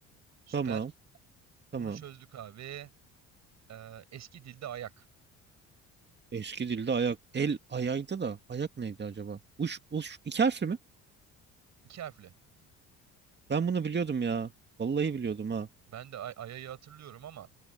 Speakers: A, on the right; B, on the right.
A: Süper.
B: Tamam, tamam.
A: Bunu çözdük abi. Ee, eski dilde ayak.
B: Eski dilde ayak, el ayaydı da ayak neydi acaba? Uş, uş iki harfli mi?
A: İki harfli.
B: Ben bunu biliyordum ya. Vallahi biliyordum ha.
A: Ben de ay ayayı hatırlıyorum ama.